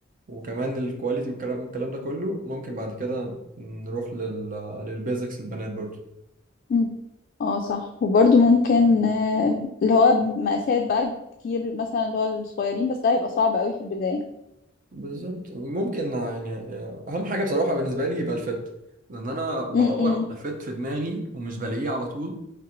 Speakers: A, on the right; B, on the left.
A: وكمان الكواليتي والكلام الكلام ده كله ممكن بعد كده نروح لل... للبيزكس البنات برضو
B: أمم. اه صح وبرده ممكن آه، اللي هو مقاسات بقى كتير مثلا اللي هو الصغيرين بس ده هيبقى صعب قوي في البداية
A: بالظبط ممكن يعني اهم حاجة بصراحة بالنسبة لي يبقى الفيت لان انا بدور
B: امم
A: على فيت في دماغي ومش بلاقيه على طول